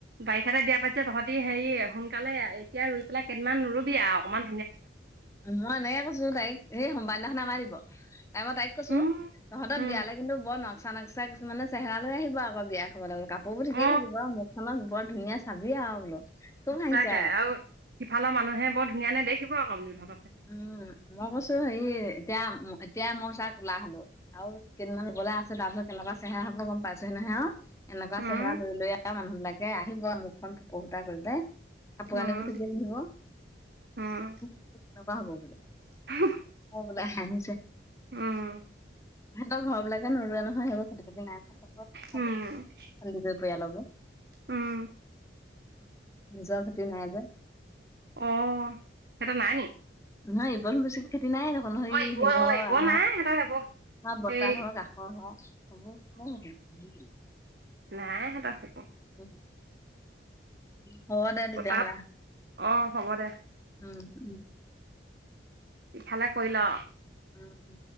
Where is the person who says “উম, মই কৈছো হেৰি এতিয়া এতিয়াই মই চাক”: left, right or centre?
Left